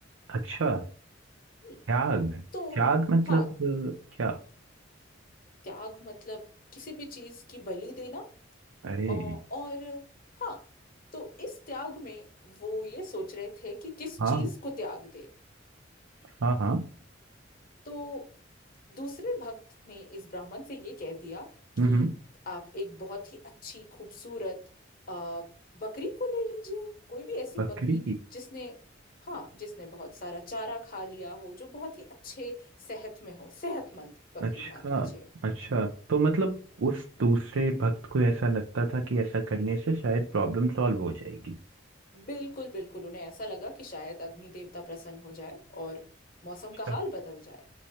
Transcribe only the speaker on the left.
हम्म,
तो
हाँ
त्याग मतलब किसी भी चीज की बलि देना
अ, और हाँ तो इस त्याग में वो ये सोच रहे थे कि किस
चीज को त्याग दे
तो दूसरे भक्त ने इस ब्राह्मण से ये कह दिया
कि
आप एक बहुत ही अच्छी खूबसूरत आ, बकरी को ले लीजिए कोई भी ऐसी
बकरी जिसने हाँ जिसने बहुत सारा चारा खा लिया हो जो बहुत ही अच्छे सेहत में हो सेहतमंद बकरी
मान लीजिए
बिल्कुल बिल्कुल उन्हें ऐसा लगा कि शायद अग्नि देवता प्रसन्न हो जाए और मौसम का
हाल बदल जाए